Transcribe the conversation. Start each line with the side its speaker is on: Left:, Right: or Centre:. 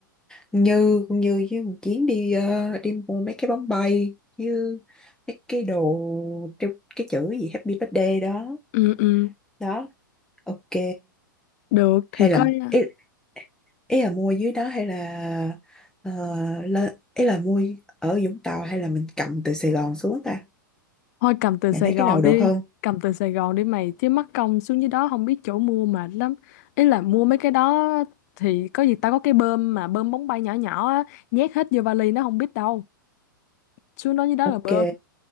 Centre: Như con Như với một Chiến đi ờ, đi mua mấy cái bóng bay như mấy cái đồ treo cái chữ gì Happy Birthday đó
Left: ừ ừ
Centre: đó ok
Left: được
Centre: hay
Left: thì coi
Centre: là ý, ý là mua dưới đó hay là ờ, lên ý là mua ở Vũng Tàu hay là mình cầm từ Sài Gòn xuống ta
Left: thôi cầm từ
Centre: mình
Left: Sài
Centre: thấy
Left: Gòn
Centre: cái nào được
Left: đi
Centre: hơn
Left: cầm từ Sài Gòn đi mày chứ mắc công xuống dưới đó không biết chỗ mua mệt lắm ý là mua mấy cái đó thì có gì tao có cái bơm mà bơm bóng bay nhỏ nhỏ á nhét hết vô vali nó không biết đâu xuống đó dưới đó
Centre: ok
Left: là bơm